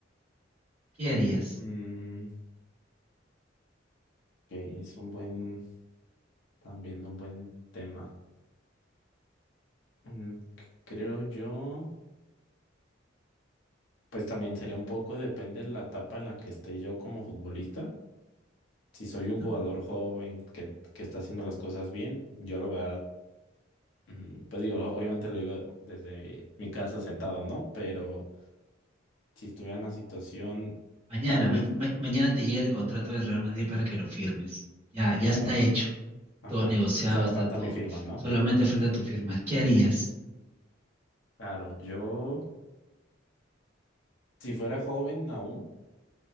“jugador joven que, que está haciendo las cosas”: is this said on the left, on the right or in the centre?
Left